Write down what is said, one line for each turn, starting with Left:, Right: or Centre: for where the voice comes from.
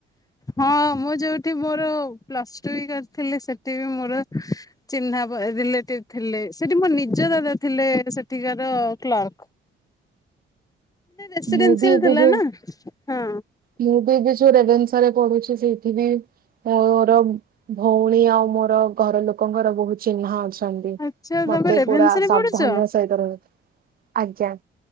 Left: ହଁ ମୁଁ ଯୋଉଠି ମୋର ପ୍ଲସ୍ ଟୁ ବି କରିଥିଲି ସେଠି ବି ମୋର ଚିହ୍ନା ପ ରିଲେଟିଭ୍ ଥିଲେ ସେଠି ମୋ ନିଜ ଦାଦା ଥିଲେ ସେଠିକାର କ୍ଲର୍କ। ଏ ରେସିଡେନ୍ସିଆଲ୍
Right: ମୁଁ ବି ଏବେ
Left: ଥିଲା
Right: ଯୋଉ
Left: ନାଁ ହଁ।
Right: ମୁଁ ବି ଏବେ ଯୋଉ ରେଭେନ୍ସାରେ ପଢୁଛି ସେଇ ଠିବି ମୋର ଭଉଣୀ ଆଉ ମୋର ଘର ଲୋକଙ୍କର ବୋହୁ ଚିହ୍ନା ଅ ଛନ୍ତିି
Left: ଆଚ୍ଛା
Right: ମତେ
Left: ତମେ ରେଭେନ୍ସାରେ
Right: ପୁରା ସାବଧାନ୍
Left: ପଢୁଛ
Right: ର ସହିତ ର ଆଜ୍ଞା।